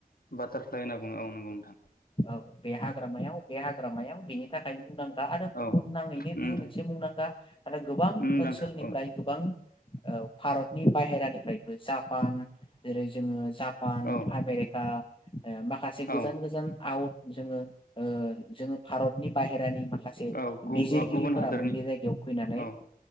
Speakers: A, on the left (about 70°); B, on the left (about 35°).
A: बाटारफ्लााय होनना बुङो औ नंगौ नोंथां
B: औ बे हाग्रामायाव बे हाग्रामायाव बेनि थाखायनो मुंदांखा आरो बुहुमनाङैनो
A: औ
B: बेयो
A: मुंदां
B: मोनसे मुंदांखा आरो गोबां
A: मुंदांखा
B: ओनसोलनिफ्राय
A: औ
B: गोबां औ भारतनि बाहेरानिफ्रायबो जापान जेरै जोङो जापान
A: औ
B: दा माखासे गोजान
A: औ
B: गोजान आवट जोङो ओ जोङो भारतनि बाय हेरानि माखासे
A: औ गु
B: बिजिरगिरिफोराबो
A: ओ गुबुन हादोरनि
B: बे जायगायाव फैनानै
A: औ